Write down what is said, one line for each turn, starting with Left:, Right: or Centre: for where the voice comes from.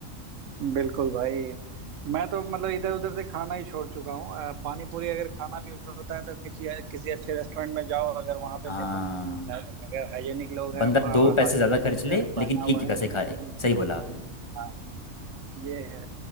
Right: बिल्कुल भाई मैं तो मतलब इधर उधर से खाना ही छोड़ चुका हूँ अ, पानी पूरी अगर खाना भी होता है तो किसी किसी अच्छे रेस्टोरेंट में जाओ अगर वहां पे
Left: हाँ
Right: देखो है ना, अगर हाइजेनिक लोग हैं
Left: बंदा दो
Right: और
Left: पैसे
Right: हाथ
Left: ज़्यादा
Right: में <laughs>
Left: खर्च
Right: वगैरह
Left: ले लेकिन
Right: पहना
Left: ठीक
Right: हुआ
Left: जगह
Right: है हम्म,
Left: से खाए सही बोला आपने
Right: हाँ। ये है